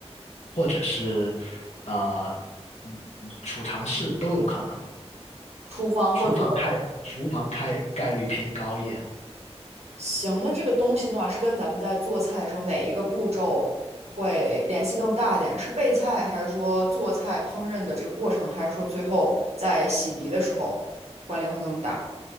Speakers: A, on the left; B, on the right.
A: 或者是呃，嗯嗯储藏室都有可能。
B: 厨房或者？
A: 厨房开，厨房开概率偏高一点，
B: 行，那这个东西的话，是跟咱们在做菜的时候哪一个步骤会联系更大一点？是备菜，还是说做菜烹饪的这个过程，还是说最后在洗涤的时候关联会更大？